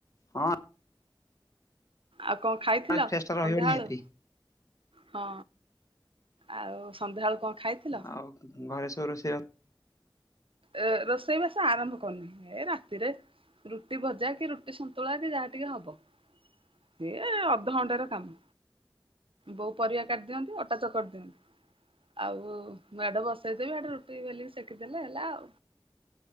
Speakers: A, on the left (about 35°); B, on the right (about 80°).
A: ହଁ
B: ଆଉ କଣ ଖାଇଥିଲ
A: ଫ୍ରେସ୍ ଟା ରହିବ
B: ସନ୍ଧ୍ୟାବେଳୁ?
A: ନିହାତି
B: ହଁ ଆଉ ସନ୍ଧ୍ୟାବେଳୁ କଣ ଖାଇଥିଲ?
A: ଆଉ ଘରେ ସବୁ ରୋଷେଇ ବାସ
B: ଏ ରୋଷେଇବାସ ଆରମ୍ଭ କରିନି, ଏ ରାତିରେ ରୁଟି ଭଜା କି ରୁଟି ସନ୍ତୁଳା କି ଯାହା ଟିକେ ହବ। ସିଏ ଅଧଘଣ୍ଟାର କାମ, ବୋଉ ପରିବା କାଟିିଦିଅନ୍ତି ଅଟା ଚକଟି ଦିଅନ୍ତି, ଆଉ ମୁଁ ଇଆଡ଼େ ବସେଇଦବି ଆଡେ ରୁଟି ବୋଲିକି ସେକିଦେଲେ ହେଲା ଆଉ।